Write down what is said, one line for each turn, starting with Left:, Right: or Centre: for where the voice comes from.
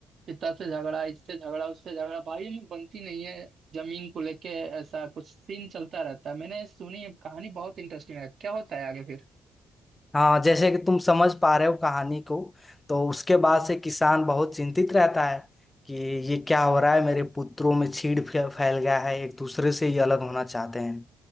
Right: पिता से झगड़ा इससे झगड़ा उससे झगड़ा भाइयों में बनती नहीं है जमीन को लेके ऐसा कुछ सीन चलता रहता है मैंने सुनी है कहानी बहुत इंटरेस्टिंग है क्या होता है आगे फिर
Left: हाँ जैसे कि तुम समझ पा रहे हो कहानी को तो उसके बाद से किसान बहुत चिंतित रहता है कि ये क्या हो रहा है मेरे पुत्रों में चीड़ फै- फैल गया है एक दूसरे से ये अलग होना चाहते हैं